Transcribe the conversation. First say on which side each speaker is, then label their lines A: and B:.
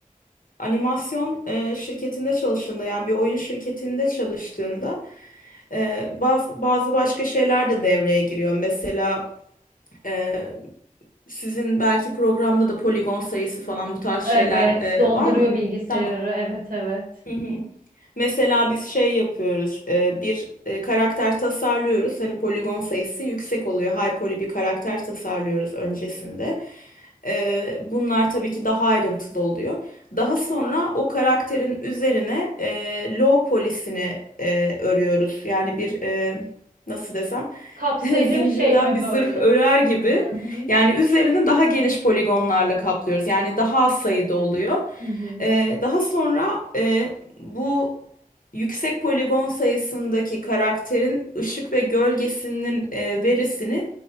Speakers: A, on the left; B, on the right.
A: animasyon e, şirketinde çalıştığında yani bir oyun şirketinde çalıştığında e, bazı, bazı başka şeyler de devreye giriyor. Mesela e, sizin belki programda da poligon sayısı falan bu tarz şeyler
B: Evet,
A: e,
B: donduruyor
A: var mı?
B: bilgisayarı.
A: Tamam.
B: Evet, evet.
A: Hı hı. Mesela biz şey yapıyoruz, e, bir e, karakter tasarlıyoruz. Hani poligon sayısı yüksek oluyor. High poly bir karakter tasarlıyoruz öncesinde. E, bunlar tabii ki daha ayrıntılı oluyor. Daha sonra o karakterin üzerine e, low poly'sini e, örüyoruz. Yani bir e, nasıl desem
B: Kapsayıcı
A: <laughs> zincirden
B: bir şey mi
A: bir
B: böyle?
A: zırh örer gibi.
B: Hı hı.
A: Yani üzerini daha geniş poligonlarla kaplıyoruz. Yani daha az sayıda oluyor.
B: Hı hı.
A: E, daha sonra e, bu yüksek poligon sayısındaki karakterin ışık ve gölgesinin e, verisini